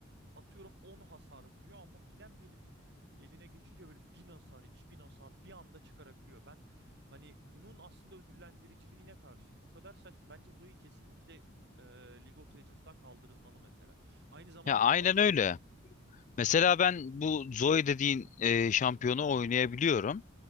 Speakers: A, on the right (about 60°); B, on the left (about 40°).
A: atıyorum 10 hasar vuruyor ama bilen birinin eline geçince böyle 1000 hasar, 2000 hasar bir anda çıkarabiliyor. Ben hani bunun aslında ödüllendiriciliğine karşıyım. O kadar saçma. Bence Zoe kesinlikle e, League of Legends'tan kaldırılmalı mesela. Aynı zamanda
B: ya aynen
A: Azir,
B: öyle. Mesela ben bu Zoe dediğin e, şampiyonu oynayabiliyorum.